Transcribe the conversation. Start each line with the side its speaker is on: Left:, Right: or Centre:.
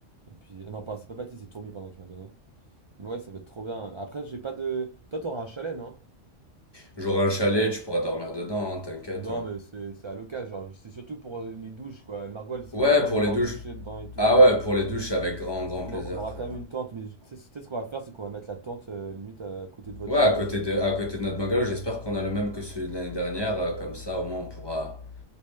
Right: Et puis, euh, non, pas, c'est pas Baptiste, c'est Tourmi, pardon, qui m'a donné. Mais ouais, ça va être trop bien. Après, j'ai pas de. Toi, t'auras un chalet, non?
Left: J'aurai un chalet, tu pourras dormir dedans, hein, t'inquiète.
Right: Non,
Left: hein.
Right: mais c'est c'est à l'occasion, genre, c'est surtout pour euh, les douches, quoi. Margot, elle sera
Left: Ouais,
Right: contente
Left: pour
Right: de pouvoir
Left: les douches.
Right: se doucher dedans et tout,
Left: Ah
Right: genre.
Left: ouais, pour les douches, avec grand, grand plaisir,
Right: On on aura
Left: frère.
Right: quand même une tente, mais tu sais, tu sais ce qu'on va faire, c'est qu'on va mettre la tente euh, limite à côté de votre
Left: Ouais,
Right: chalet,
Left: à côté
Right: tu sais.
Left: de, à côté de notre bungalow, j'espère qu'on a le même que celui de l'année dernière. euh, Comme ça, au moins, on pourra,